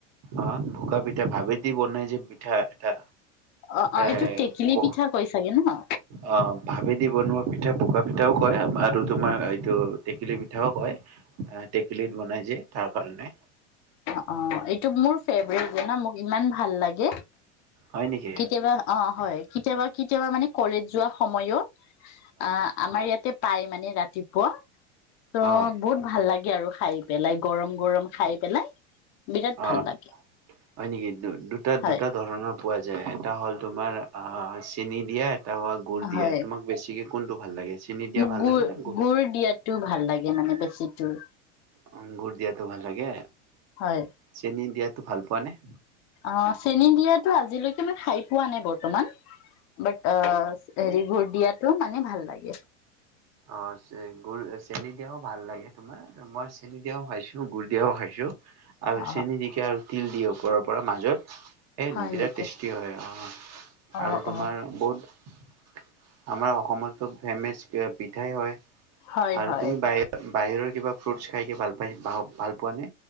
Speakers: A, on the right; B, on the left.
A: অহ, ভোকা পিঠা ভাবেদি বনাই যে পিঠা এটা?
B: অ অ
A: এ
B: এইটো টেকেলি
A: ক
B: পিঠা কৈ চাগে ন অ
A: অহ, ভাবেদি বনোৱা পিঠা বোকা পিঠাও কয়। বাৰু তোমাৰ এইটো টেকেলি পিঠাও কয় টেকেলিত বনাই যে তাৰ কাৰণে
B: অ অ এইটো মোৰ ফেভৰেট জান মোক ইমান ভাল লাগে
A: হয় নেকি?
B: কেতিয়াবা অ হয় কেতিয়াবা কেতিয়াবা মানে কলেজ যোৱা সময়ও অ আমাৰ ইয়াতে পাই মানে ৰাতিপুৱা তো
A: অ',
B: বহুত ভাল লাগে দিয়া আৰু খাই পেলাই গৰম গৰম খাই পেলাই বিৰাট ভাল
A: অ',
B: লাগে
A: হয় নেকি দু দুটা
B: হয়
A: দুটা ধৰণৰ পোৱা যায় এটা হ'ল তোমাৰ আহ চেনি দিয়া এটা হোৱা গুৰ দিয়া
B: হয়
A: তোমাক বেছিকে কোনটো ভাল লাগে চেনি দিয়া
B: মোক
A: ভাল
B: গু়
A: লাগে নে গুড়?
B: গুৰ দিয়াটো ভাল লাগে মানে বেছি তো
A: উও গুৰ দিয়াটো ভাল লাগে
B: হয়
A: চেনি দিয়াত তো ভাল পোৱা নে
B: অ চেনী দিয়াটো আজিলৈকে মই খাই পোৱা নাই বৰ্তমান বৰ্তমান বাট অ হেৰিবোৰদিয়াত তো মানে ভাল লাগে
A: অ গুৰ চেনি দিয়াও ভাল লাগে তোমাৰ মই চেনি দিয়াও খাইছো গুৰ দিয়াও খাইছো আৰু
B: অ
A: চেনি দিকে আৰু তিল দিয়ে ওপৰত ওপৰৰ পৰা মাজত এ
B: হয়
A: বিৰাট
B: নেকি
A: টেষ্টি হয় আহ
B: অ
A: আৰু তোমাৰ
B: অ
A: বহুত আমাৰ অসমৰতো ফেমেচ পিঠাই হয়
B: হয়
A: আৰু
B: হয়
A: তুমি বাহি বাহিৰৰ কিবা ফ্ৰুটছ খাইকে ভাল পায় ভ ভাল পোৱা নে